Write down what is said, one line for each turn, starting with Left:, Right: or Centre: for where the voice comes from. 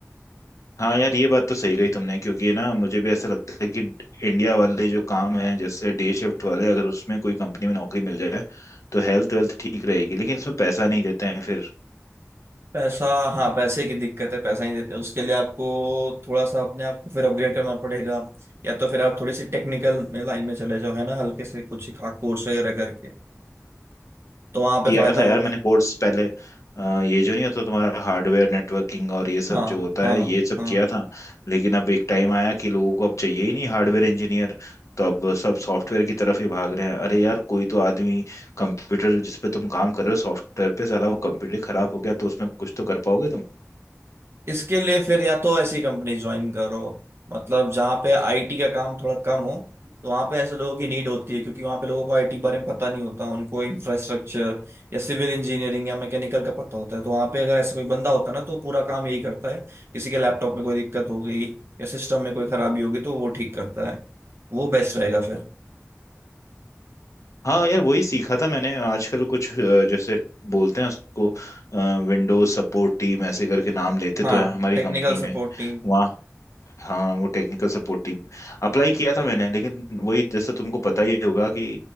Left: हाँ यार ये बात तो सही कही तुमने क्योंकि ये ना मुझे भी ऐसा लगता है कि इंडिया वाले जो काम है जैसे डे शिफ्ट वाले अगर उसमें कोई कंपनी में नौकरी मिल जाए तो हेल्थ वेल्थ ठीक रहेगी लेकिन इसमें पैसा नहीं देते हैं फिर
Right: पैसा हाँ पैसे की दिक्कत है पैसा ही देते हैं उसके लिए आपको थोड़ा सा अपने आप को फिर अपग्रेड करना पड़ेगा या तो फिर आप थोड़ी सी टेक्निकल लाइन में चले जाओ है ना हल्के से कुछ कोर्स वगैरह करके तो वहां पे
Left: किया
Right: फायदा
Left: था
Right: होगा
Left: यार मैंने कोर्स पहले अ, ये जो नहीं होता तुम्हारा हार्डवेयर नेटवर्किंग और ये सब
Right: हाँ
Left: जो होता
Right: हाँ
Left: है ये सब
Right: हाँ
Left: किया था लेकिन अब एक टाइम आया कि लोगों को अब चाहिए ही नहीं हार्डवेयर इंजीनियर तो अब सब सॉफ्टवेयर की तरफ ही भाग रहे हैं अरे यार कोई तो आदमी कंप्यूटर जिस पे तुम काम कर रहे हो सॉफ्टवेयर पे साला वो कंप्यूटर खराब हो गया तो उसमें कुछ तो कर पाओगे तुम
Right: इसके लिए फिर या तो ऐसी कंपनी ज्वाइन करो मतलब जहाँ पे आईटी का काम थोड़ा कम हो तो वहाँ पे ऐसे लोगों की नीड होती है क्योंकि वहाँ पे लोगों को आईटी के बारे में पता नहीं होता उनको इंफ्रास्ट्रक्चर या सिविल इंजीनियरिंग या मैकेनिकल का पता होता है तो वहाँ पे अगर ऐसा कोई बंदा होता ना तो पूरा काम यही करता है किसी के लैपटॉप में कोई दिक्कत हो गई या सिस्टम में कोई खराबी होगी तो वो ठीक करता है वो बेस्ट रहेगा फिर
Left: हाँ यार वही सीखा था मैंने आजकल कुछ अ, जैसे बोलते हैं उसको विंडोज सपोर्ट टीम ऐसे करके नाम लेते
Right: हाँ
Left: तो है हमारी
Right: टेक्निकल
Left: कंपनी में
Right: सपोर्ट टीम
Left: वहाँ हाँ वो टेक्निकल सपोर्ट टीम अप्लाई किया था मैंने लेकिन वही जैसे तुमको पता ही होगा कि